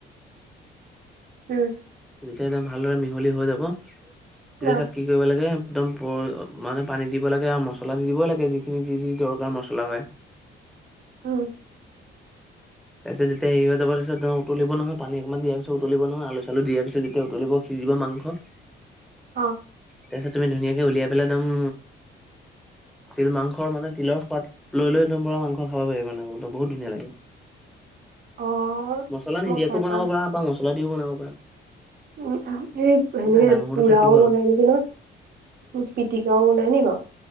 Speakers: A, on the right (about 50°); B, in the centre.
A: উম।
B: যেতিয়া একদম ভালদৰে মিহলি হৈ যাব তেতিয়া
A: অ
B: তাত কি কৰিব লাগে, একদম মানে পানী দিব লাগে, আৰু মছলা দি দিব লাগে যিখিনি যি, যি দৰকাৰ মছলা হয়।
A: উম।
B: তাৰপিছত যেতিয়া হেৰি হৈ যাব, তাৰপিছত তেওঁ উতলিব নহয় পানী অকমান দিয়াৰ পিছত উতলিব নহয় আলু-চালু দিয়াৰ পিছত যেতিয়া উতলিব সিজিব মাংস <unintelligible>
A: অ।
B: তাৰপিছত তুমি ধুনীয়াকে উলিয়াই পেলাই একদম তিল মাংসৰ মানে তিলৰ সোৱাদ লৈ লৈ একদম পোৰা মাংস খাব পাৰি মানে মাংস বহুত ধুনীয়া লাগে।
A: অ'
B: মছলা নিদিয়াকেও
A: মই খাই
B: বনাব
A: পোৱা নাই।
B: পাৰা বা মছলা দিও বনাব পাৰা।
A: উম এই
B: কিন্তু
A: এনেই
B: আদা নহৰুটো
A: পোৰাও
B: থাকিব
A: বনাই
B: আৰু
A: নিকি ন পিটিকাও বনাই নি বাৰু?